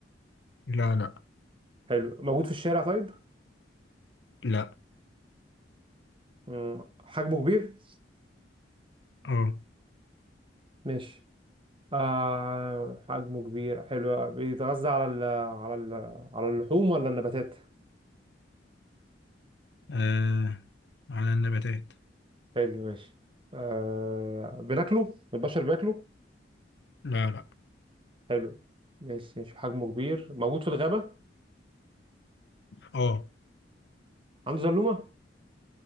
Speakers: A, on the left; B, on the right.
A: لا لا
B: حلو موجود في الشارع طيب
A: لا
B: مم، حجمه كبير
A: اه
B: ماشي آه... حجمه كبير حلو بيتغذى على ال... على ال... على اللحوم ولا النباتات
A: آه، على النباتات
B: حلو ماشي آه بناكله البشر بياكله
A: لا لا
B: حلو ماشي ماشي حجمه كبير موجود في الغابة
A: اه
B: عنده زلومة